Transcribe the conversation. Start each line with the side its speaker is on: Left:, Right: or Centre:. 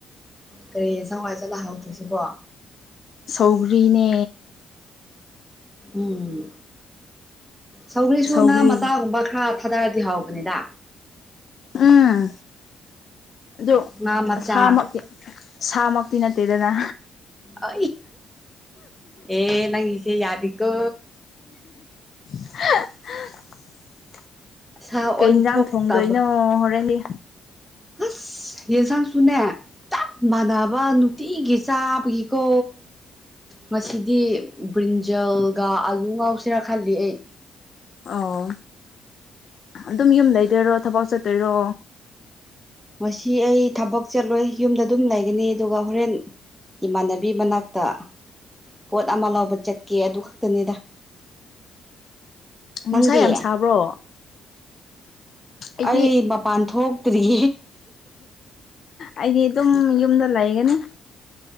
Centre: ꯀꯔꯤ ꯁꯋꯥꯏ ꯆꯂꯥꯛꯍꯧꯗ꯭ꯣꯏꯁꯤꯕꯣ
Left: ꯁꯧꯒꯔꯤꯅꯦ
Centre: ꯎꯝ ꯁꯧꯔꯤꯁꯨ
Left: ꯁꯧꯒ꯭ꯔꯤ
Centre: ꯉꯥ ꯃꯆꯥꯒꯨꯝꯕ ꯈꯔ ꯐꯇꯔꯗꯤ ꯍꯥꯎꯕꯅꯦꯗ
Left: ꯑꯝ ꯑꯗꯨꯁꯥꯃꯛꯇꯤ
Centre: ꯉꯥ ꯃꯆꯥ
Left: ꯁꯥꯃꯛꯇꯤ ꯅꯠꯇꯦꯗꯅ
Centre: ꯑ ꯑꯦ ꯅꯪꯁꯦ ꯌꯥꯗꯀꯣ
Left: <unintelligible>
Centre: ꯁꯥ ꯑꯣꯟꯊꯣꯛꯇꯕ
Left: ꯀꯩ ꯌꯦꯟꯖꯥꯡ ꯊꯣꯡꯗꯣꯏꯅꯣ ꯍꯣꯔꯦꯟꯗꯤ
Centre: ꯑꯁ ꯌꯦꯟꯁꯥꯡꯁꯨꯅꯦ ꯆꯞ ꯃꯥꯟꯅꯕ ꯅꯨꯡꯇꯤꯒꯤ ꯆꯥꯕꯒꯤꯀꯣ ꯉꯁꯤꯗꯤ ꯕ꯭ꯔꯤꯟꯖꯜꯒ ꯑꯥꯂꯨ ꯉꯥꯎꯁꯤꯦꯔꯥ ꯈꯜꯂꯤ ꯑꯩ
Left: ꯑꯣ ꯑꯗꯨꯝ ꯌꯨꯝ ꯂꯩꯇꯣꯏꯔꯣ ꯊꯕꯛ ꯆꯠꯇꯣꯏꯔꯣ
Centre: ꯉꯁꯤ ꯑꯩ ꯊꯕꯛ ꯆꯠꯂꯣꯏ ꯌꯨꯝꯗ ꯑꯗꯨꯝ ꯂꯩꯒꯅꯤ ꯑꯗꯨꯒ ꯍꯣꯔꯦꯟ ꯏꯃꯥꯟꯅꯕꯤ ꯃꯅꯥꯛꯇ ꯄꯣꯠ ꯑꯃ ꯂꯧꯕ ꯆꯠꯀꯦ ꯑꯗꯨ ꯈꯛꯇꯅꯤꯗ
Left: ꯎ ꯅꯨꯡꯁꯥ
Centre: ꯅꯪꯗꯤ
Left: ꯌꯥꯝ ꯁꯥꯕ꯭ꯔꯣ ꯑꯩꯗꯤ
Centre: ꯑꯩ ꯃꯄꯥꯟ ꯊꯣꯛꯇ꯭ꯔꯤ
Left: ꯑꯩꯗꯤ ꯑꯗꯨꯝ ꯌꯨꯝꯗ ꯂꯩꯒꯅꯤ